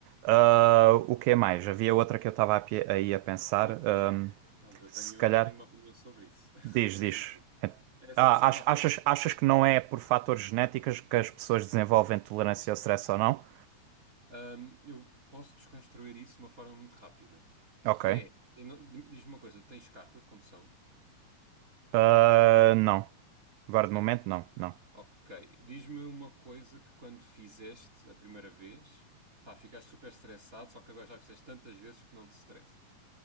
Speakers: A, on the right; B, on the right.
A: Ah,
B: Sim.
A: o que é mais? Havia outra que eu estava a pe- aí a pensar,
B: Mas,
A: ahm,
B: vamos, eu
A: se
B: tenho,
A: calhar.
B: tenho uma opinião sobre isso. <laughs>
A: Diz,
B: Mas
A: diz.
B: digo,
A: É-
B: essa,
A: Ah,
B: essa parte,
A: ach- achas,
B: essa,
A: achas que não é por fatores genéticos que as pessoas desenvolvem tolerância ao stress ou não?
B: Hum, eu posso desconstruir isso de uma forma muito rápida,
A: Ok.
B: que é, eu não- diz-me uma coisa, tens carta de condução?
A: Ah, não. Agora
B: Não.
A: de momento, não, não.
B: Ok. Diz-me uma coisa que quando fizeste a primeira vez, pá, ficaste super estressado, só que agora já fizeste tantas vezes que não te estressa,